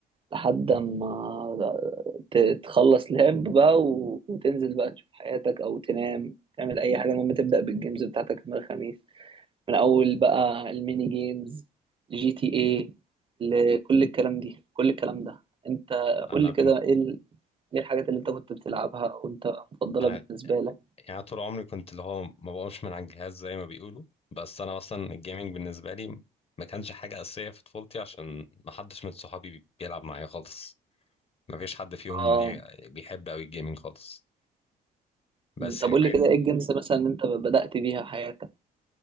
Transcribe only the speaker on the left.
انا
بن...
انا
يعني طول عمري كنت اللي هو ما بقومش من على الجهاز زي ما بيقولوا بس انا مثلا الجيمنج بالنسبة لي ما كانش حاجة أساسية في طفولتي عشان ما حدش من صحابي بيلعب معايا خالص ما فيش حد فيهم
ليه بيحب قوي الجيمنج خالص بس
يعني
بعيد